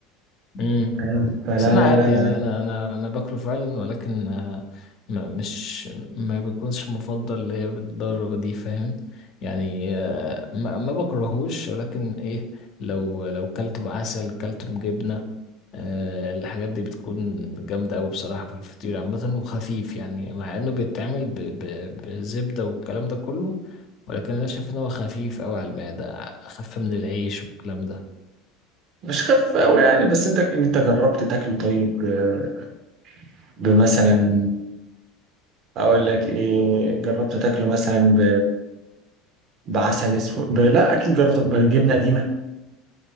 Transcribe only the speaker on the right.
فاهم فلا
لا
لا
مش خفيف قوي يعني بس انت انت جربت تاكله طيب آه، بمثلا اقول لك ايه جربت تاكله مثلا ب... بعسل اسود ب... لا اكيد جربت بجبنه قديمه